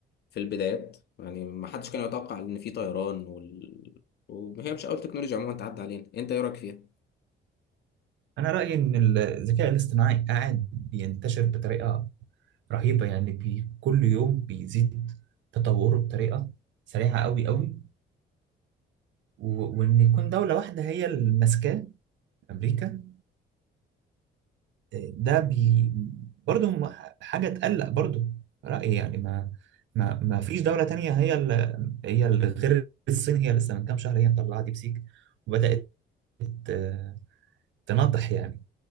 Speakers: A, on the left; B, on the right.
A: في البدايات يعني ما حدش كان يتوقع ان في طيران وال... وهي مش اول تكنولوجيا عموما تعدي علينا انت ايه رايك فيها
B: انا رأيي ان الذكاء الاصطناعي قاعد بينتشر بطريقة رهيبة يعني بي كل يوم بيزيد تطوره بطريقة سريعة قوي قوي و- وان يكون دولة واحدة هي اللي ماسكاه امريكا ده بي برضه هم حاجة تقلق برضه رأيي يعني ما ما ما فيش دولة تانية هي ال... هي ال... غير الصين هي لسه من كام شهر هي مطلعة ديبسيك وبدأت ت- تناطح يعني